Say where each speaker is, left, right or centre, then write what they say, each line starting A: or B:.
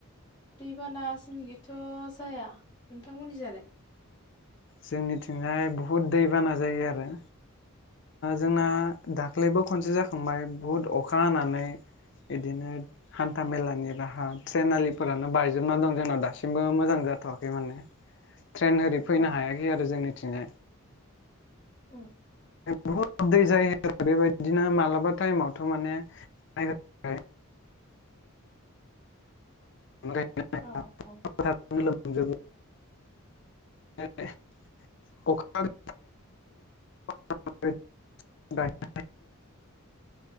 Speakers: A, on the left; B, on the left.
A: दैबाना जोंनिखैथ' जाया नोंथांमोननि जालाय
B: जोंनिथिंहाय बहुद दैबाना जायो आरो जोंना
A: औ
B: दाख्लैबो खनसे जाखांबाय बुहुद अखा हानानै बिदिनो हान्था मेलानि राहा ट्रेन आलिफोरानो बायजोबना दं जोंनाव दासिमबो मोजां जाथ'आखै माने ट्रेन ओरै फैनो
A: औ
B: हायाखै आरो जोंनिथिंजाय
A: <unintelligible>
B: बुहुत दै जायो आरो बेबायदिनो मालाबा टाइमावथ' माने <unintelligible> गायनो
A: औ औ
B: हाया <unintelligible> लोमजोबो <unintelligible> अखा हादों <unintelligible>